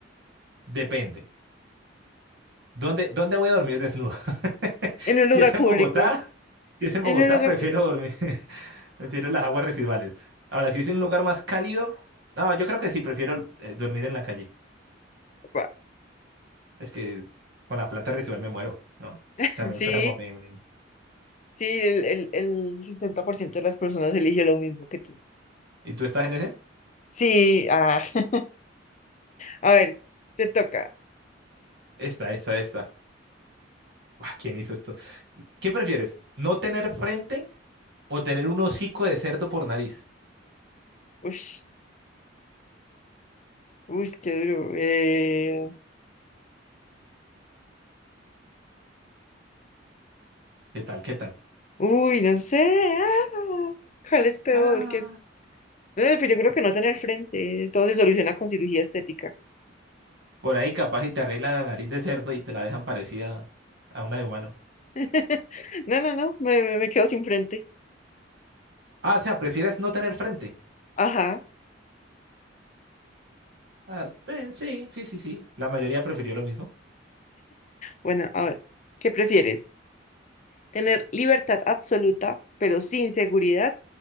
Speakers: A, on the right; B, on the left.
A: Depende. ¿Dónde, dónde voy a dormir desnudo? <laughs>
B: En un
A: Si
B: lugar
A: es en
B: público.
A: Bogotá, si es en
B: En
A: Bogotá,
B: un lugar.
A: prefiero
B: de-
A: dormir. <laughs> Prefiero las aguas residuales. Ahora, si es en un lugar más cálido, no, yo creo que sí, prefiero eh, dormir en la calle.
B: Pa.
A: Es que con la planta residual me muero, ¿no? O
B: <laughs>
A: sea, me
B: Sí,
A: enfermo, me... me-
B: sí, el, el, el 60% de las personas elige lo mismo que tú.
A: ¿Y tú estás en ese?
B: Sí, ah, <laughs> a ver, te toca.
A: Esta, esta, esta. Ah, ¿Quién hizo esto? ¿Qué prefieres? ¿No tener frente o tener un hocico de cerdo por nariz?
B: Ush, uy, qué duro. Eh,
A: ¿Qué tal? ¿Qué tal?
B: uy, no sé. ah, ¿cuál es peor?
A: Ah,
B: ¿Qué es? No, pues yo creo que no tener frente, todo se soluciona con cirugía estética.
A: por ahí capaz y te arreglan la nariz de cerdo y te la dejan parecida a una de humano.
B: <laughs> No, no, no, me, me me quedo sin frente.
A: Ah, o sea, ¿prefieres no tener frente?
B: Ajá.
A: Ah, eh, sí, sí, sí, sí. La mayoría prefirió lo mismo.
B: Bueno, a ver, ¿qué prefieres? ¿Tener libertad absoluta, pero sin seguridad?